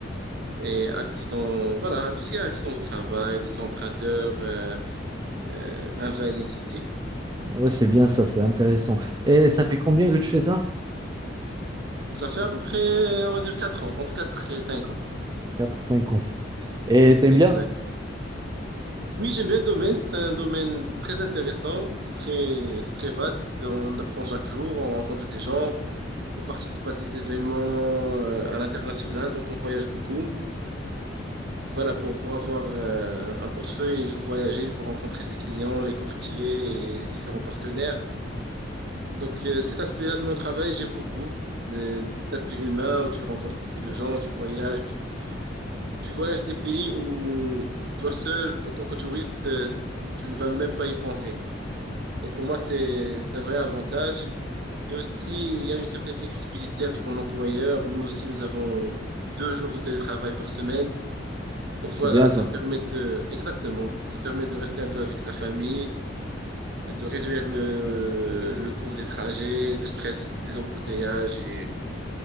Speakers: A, on the right; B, on the right.
A: et accident, voilà, tout ce qui est accident de travail, décès emprunteur, euh, euh, invalidité.
B: ouais, c'est bien ça, c'est intéressant. Et ça fait combien que tu fais ça?
A: Ça fait à peu près, on va dire, 4 ans, entre 4 et 5 ans.
B: quatre cinq ans. Et t'aimes
A: Exact.
B: bien?
A: Oui, j'aime bien le domaine. C'est un domaine très intéressant. C'est très, c'est très vaste. On apprend chaque jour, on rencontre des gens, on participe à des événements euh, à l'international, donc on voyage beaucoup. Voilà, pour, pour avoir euh, un portefeuille, il faut voyager, il faut rencontrer ses clients, les courtiers et les différents partenaires. Donc, euh, cet aspect-là de mon travail, j'aime beaucoup. De- cet aspect humain où tu rencontres beaucoup de gens, tu voyages, tu, tu voyages des pays où toi seul, en tant que touriste, euh, tu ne vas même pas y penser. Donc pour moi, c'est c'est un vrai avantage. Et aussi, il y a une certaine flexibilité avec mon employeur. Nous aussi, nous avons deux jours de télétravail par semaine. Donc
B: Ouais, C'est
A: voilà,
B: bien
A: ça
B: ça.
A: permet de, exactement, ça permet de rester un peu avec sa famille, et de réduire le, le coût des trajets, le stress des embouteillages et,